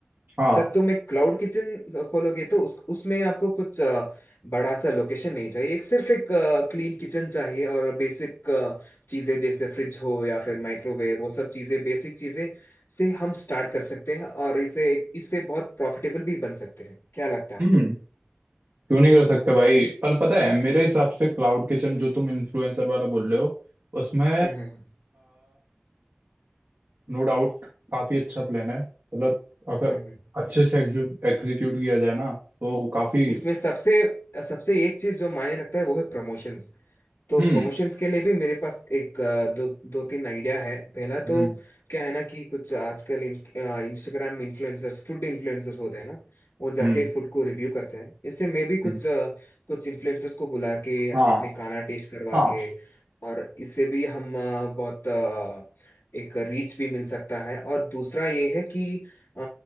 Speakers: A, on the right; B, on the left.
A: हाँ
B: जब तुम एक क्लाउड किचन खोलोगे तो उस उसमें आपको कुछ अ, बड़ा सा लोकेशन नहीं चाहिए एक सिर्फ एक क्लीन किचन चाहिए और बेसिक चीजें जैसे फ्रिज हो या फिर माइक्रोवेव वो सब चीजें बेसिक चीजें से हम स्टार्ट कर सकते हैं और इसे इससे बहुत प्रॉफिटेबल भी बन सकते हैं क्या लगता है
A: हम्म क्यों नहीं कर सकते भाई पर पता है मेरे हिसाब से क्लाउड किचन जो तुम इन्फ्लुएंसर वाला बोल रहे हो उसमें
B: हम्म हम्म
A: नो डाउट काफी अच्छा प्लान है मतलब अगर
B: हम्म हम्म।
A: अच्छे से एग्जीक्यूट किया जाए ना तो काफी
B: इसमें सबसे सबसे एक चीज जो मायने रखता है वो है प्रमोशंस तो
A: हम्म
B: प्रमोशंस के लिए भी मेरे पास एक अ, दो दो तीन आइडिया है पहला
A: हम्म
B: तो क्या है ना कि कुछ आजकल इंस्टाग्राम इन्फ्लुएंसर्स फूड इन्फ्लुएंसर्स होते हैं ना वो जाके
A: हम्म
B: फूड को रिव्यू करते हैं इससे मैं भी
A: हम्म,
B: कुछ अ, कुछ इन्फ्लुएंसर्स को बुला के
A: हाँ
B: अपने खाना टेस्ट करवा
A: हाँ
B: के और इससे भी हम अ, बहुत अ, एक रीच भी मिल सकता है और दूसरा ये है कि अ,